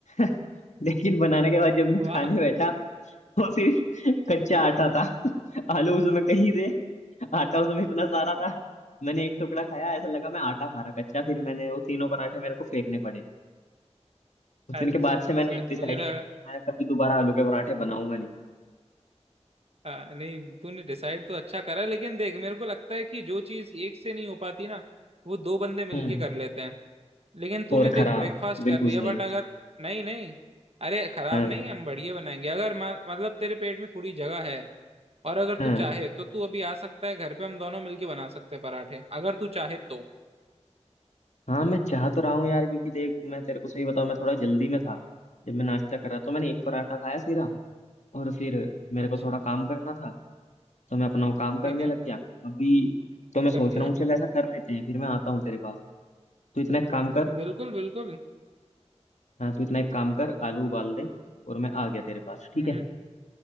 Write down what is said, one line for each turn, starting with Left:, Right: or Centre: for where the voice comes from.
Left: <laughs> लेकिन बनाने के बाद जब मैं
Right: वाह
Left: खाने बैठा वो सिर्फ कच्चा आटा था <laughs> आलू उसमें कहीं थे आटा उसमें इतना सारा था मैंने एक टुकड़ा खाया ऐसा लगा मैं आटा खा रहा कच्चा फिर मैंने वो तीनों पराठे मेरे को फेंकने पड़े उस दिन
Right: अच्छा
Left: के बाद
Right: अच्छा
Left: से मैंने डिसाइड
Right: मुझे लगा
Left: किया था कि मैं कभी दोबारा आलू के पराठे बनाऊंगा नहीं
Right: आ, नहीं तूने डिसाइड तो अच्छा करा लेकिन देख मेरे को लगता है कि जो चीज एक से नहीं हो पाती ना वो दो बंदे मिलके
Left: हम्म
Right: कर लेते हैं लेकिन तूने
Left: और
Right: देख
Left: खराब
Right: ब्रेकफास्ट
Left: बिल्कुल
Right: कर लिया
Left: सही
Right: बट अगर नहीं नहीं अरे खराब
Left: हाँ
Right: नहीं हम बढ़िया बनाएंगे अगर मा- मतलब तेरे पेट में थोड़ी जगह है और अगर
Left: हाँ
Right: तू चाहे तो तू अभी आ सकता है घर पे हम दोनों मिलके बना सकते हैं पराठे अगर तू चाहे तो
Left: हाँ मैं चाह तो रहा हूँ यार क्योंकि देख मैं तेरे को सही बताऊँ मैं थोड़ा जल्दी में था जब मैं नाश्ता कर रहा तो मैंने एक पराठा खाया सीधा और फिर मेरे
Right: अच्छा
Left: को थोड़ा काम करना था तो मैं अपना वो काम करने
Right: ठीक है
Left: लग गया अभी तो मैं सोच
Right: कर लिया
Left: रहा हूँ चल ऐसा कर लेते हैं फिर मैं आता हूँ तेरे पास तू इतना एक काम कर
Right: बिल्कुल बिल्कुल
Left: हाँ तू इतना एक काम कर आलू उबाल दे और मैं आ गया तेरे पास ठीक
Right: हम्म
Left: है